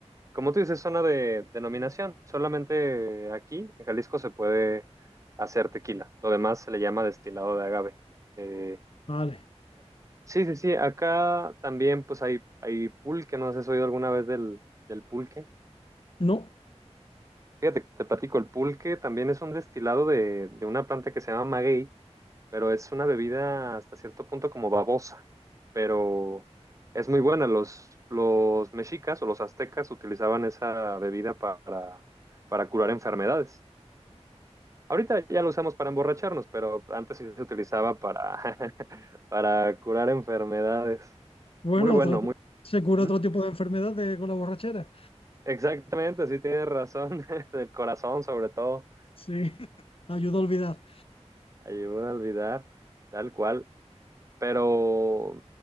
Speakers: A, on the right (about 30°); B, on the left (about 55°).
A: como tú dices, zona de denominación. Solamente aquí, en Jalisco, se puede hacer tequila. Lo demás se le llama destilado de agave. Eh,
B: vale.
A: sí, sí, sí. Acá también, pues hay, hay pulque. No sé si has oído alguna vez del, del pulque.
B: No.
A: Fíjate, te platico, el pulque también es un destilado de, de una planta que se llama maguey. pero es una bebida hasta cierto punto como babosa, pero es muy buena. Los, los mexicas o los aztecas utilizaban esa bebida para, para curar enfermedades. Ahorita ya lo usamos para emborracharnos, pero antes sí se utilizaba para, <laughs> para curar enfermedades.
B: Bueno,
A: Muy bueno,
B: otro ti-
A: muy...
B: se cura
A: Ujú.
B: otro tipo de enfermedades con la borrachera.
A: Exactamente, sí tienes razón. <laughs> El corazón sobre todo
B: Sí, <laughs> ayuda a olvidar.
A: ayuda a olvidar, tal cual. Pero,